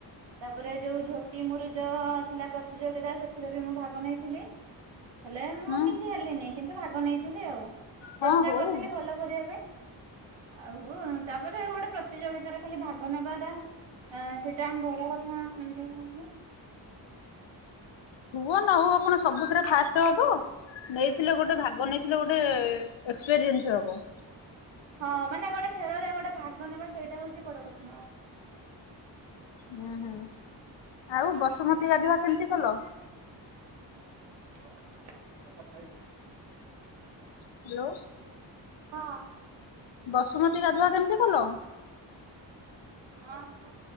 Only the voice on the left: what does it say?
ହୁଁ
ହଁ
ହଉ
ହୁଅ ନ ହୁଅ କଣ ସବୁଥିରେ ଫାଷ୍ଟ ହବ। ନେଇଥିଲେ ଗୋଟେ ଭାଗ ନେଇଥିଲେ ଗୋଟେ ଏକ୍ସପେରିଏନ୍ସ ହବ।
ହୁଁ ହୁଁ ଆଉ ବସୁମତୀ ଗାଧୁଆ କେମିତି କଲ?
ହାଲୋ।
ବସୁମତୀ ଗାଧୁଆ କେମିତି କଲ?